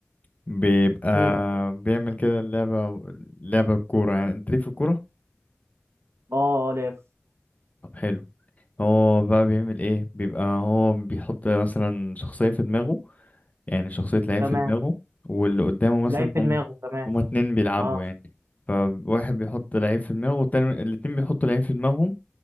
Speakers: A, on the left; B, on the right.
A: بيبقى
B: امم
A: بيعمل كده اللعبه لعبه كوره يعني انت ليك في الكوره
B: اه اه لف
A: طب حلو هو بقى بيعمل ايه بيبقى هو بيحط مثلا شخصيه في دماغه يعني شخصية لعيب
B: تمام
A: في دماغه واللي قدامه مثلا
B: لعيب في
A: هم
B: دماغه تمام
A: هما اتنين بيلعبوا
B: اه
A: يعني فواحد بيحط لعيب في دماغه والتاني الاتنين بيحطوا لعيب في دماغهم